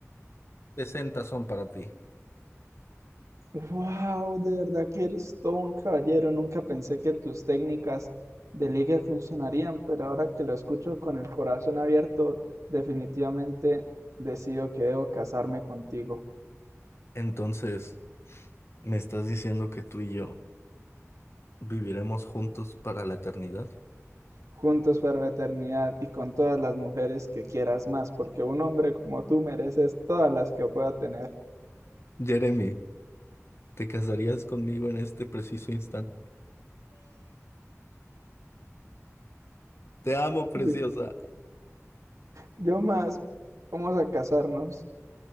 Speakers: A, on the left (about 55°); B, on the right (about 75°).
A: sesenta son para ti.
B: Wow, de verdad que eres todo un caballero. Nunca pensé que tus técnicas de ligue funcionarían, pero ahora que lo escucho con el corazón abierto, definitivamente decido que debo casarme contigo.
A: Entonces, ¿me estás diciendo que tú y yo viviremos juntos para la eternidad?
B: Juntos para la eternidad y con todas las mujeres que quieras más, porque un hombre como tú mereces todas las que pueda tener.
A: Jeremy. ¿Te casarías conmigo en este preciso instante? Te amo, preciosa.
B: Sí. Yo más, vamos a casarnos.